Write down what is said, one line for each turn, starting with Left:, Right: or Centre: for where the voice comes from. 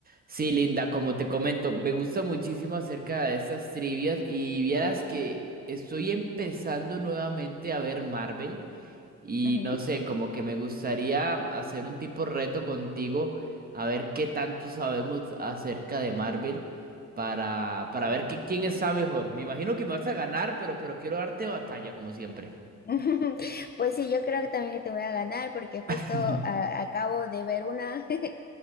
Right: Sí, Linda, como te comento, me gusta muchísimo acerca de estas trivias y vieras que estoy empezando nuevamente a ver Marvel y
Left: Ujú.
Right: no sé, como que me gustaría hacer un tipo reto contigo a ver qué tanto sabemos acerca de Marvel para, para ver que- quién está mejor. Me imagino que me vas a ganar, pero, pero quiero darte batalla como siempre.
Left: <laughs> Pues sí, yo creo que también te voy a ganar porque justo
Right: <laughs>
Left: ah, acabo de ver una <laughs>